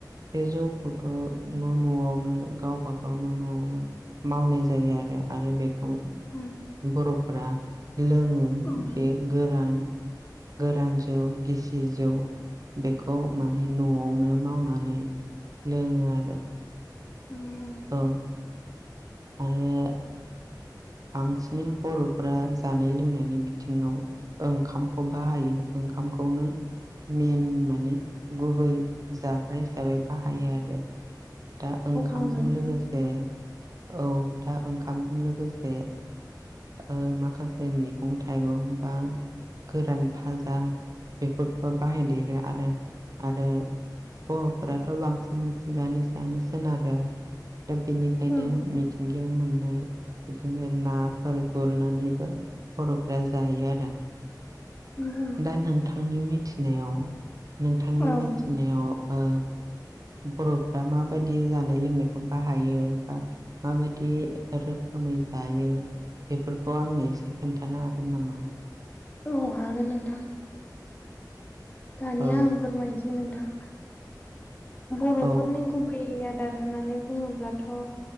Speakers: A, on the right; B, on the left.
A: बे जौखौथ' न' न'वावनो गावबा गाव न' न'वावनो मावनाय जायो आरो आरो बेखौ
B: उम
A: बर'फोरा लोङो
B: उम
A: बे गोरान गोरान जौ गिसि जौ बेखौ माने न'वावनो मावनानै लोङो आरो।
B: औ ओं
A: औ आरो बांसिनै बर'फोरा जानाय लोंनायनि बिथिङाव ओंखामखौ बाहायो ओंखामखौनो मेन माने गुबै जाग्रा हिसाबै बाहायो आरो। दा ओंखामजों
B: औ नोंथां
A: लोगोसे औ दा ओंखामजों लोगोसे ओ माखासे मैगं थाइगं बा गोरान भाजा बेफोरखौबो बाहायदेरो आरो आरो बर'फोराथ' बांसिन मिथिंगानि सायावनो सोनारो आरो दा बेनि खायनो
B: ओं
A: मिथिंगायाव मोननाय बिदिनो नाफोर गुरनानैबो बर'फ्रा जायो आरो।
B: <unintelligible>
A: दा नोंथांनि मिथिनायाव नोंथांनि
B: औ
A: मिथिनायाव
B: <inaudible>
A: ओ बर'फ्रा माबायदि जानाय लोंनायखौ बाहायो बा माबायदि रो खोमै जायो बेफोरखौ आंनो एसे खोन्थानो हागोन नामा?
B: औ हागोन नोंथां। दानिया
A: औ
B: आं फोरमायनोसै नोंथां। बर'फोरनि
A: औ
B: गुबै आदार होननानै बुङोब्लाथ'